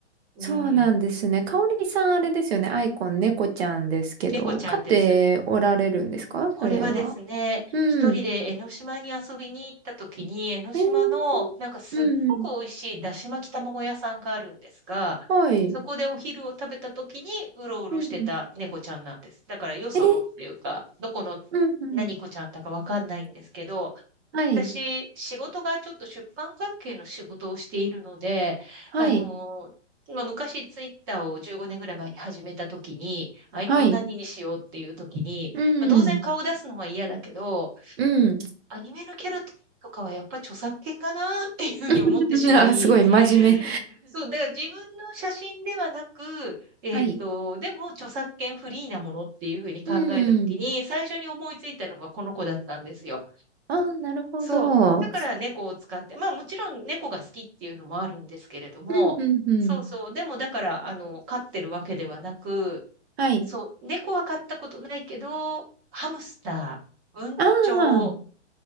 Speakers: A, on the right; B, on the right.
A: うん、
B: そうなんですね。かおりさん、あれですよね。アイコン、猫ちゃんですけど、
A: 猫ちゃんです。
B: 飼っておられるんですかそれは。
A: これはですね、
B: うん。
A: 一人で江ノ島に遊びに行った時に、江ノ島のなんかすっごく美味しいだし巻き卵屋さんがあるんですが、
B: えー、うんうん。はい。
A: そこでお昼を食べた時にうろうろしてた猫ちゃんなんです。
B: うんうん。
A: だからよそのっていうか、
B: えー、
A: どこの
B: うんうん。
A: 何子ちゃんだかわかんないんですけど、
B: はい。
A: 私、仕事がちょっと出版関係の仕事をしているので、
B: はい。
A: あのーまあ、昔ツイッターを15年ぐらい前に始めた時に、アイコン何にしようっていう時に、
B: はい。うん。
A: まあ、当然顔を出すのは嫌だけど、
B: うん。
A: アニメのキャラとかはやっぱ著作権がなーっていうふうに思ってしまい、
B: <laughs> あ、すごい、真面目。
A: そう、だから自分の写真ではなく、えーっと、
B: <laughs> はい。
A: でも著作権フリーなものっていうふうに考えた時に、
B: うん。
A: 最初に思いついたのがこの子だったんですよ。
B: あー、なるほど。
A: そう。だから猫を使って、
B: う
A: まあもちろん猫が好きっていうのもあるんですけれども、
B: んうんうん。
A: そうそう。でもだから、あの、飼ってるわけではなく、
B: はい。
A: そう、猫は飼ったことないけど、ハムスター、文鳥
B: ああ、